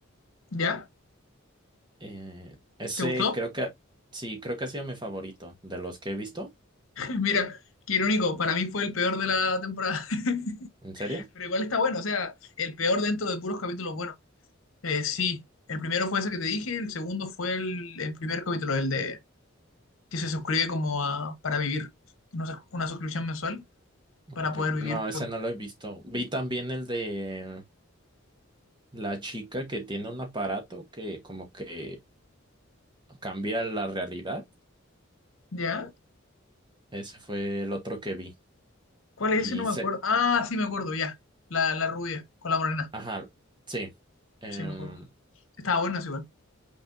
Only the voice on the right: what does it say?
Eh, ese
creo que, sí, creo que ha sido mi favorito de los que he visto.
¿En serio?
Ok.
No,
ese no lo he visto. Vi también el de la chica que tiene un aparato que como que cambia la realidad.
Ese fue el otro que vi.
Y
se,
ajá, sí. Em,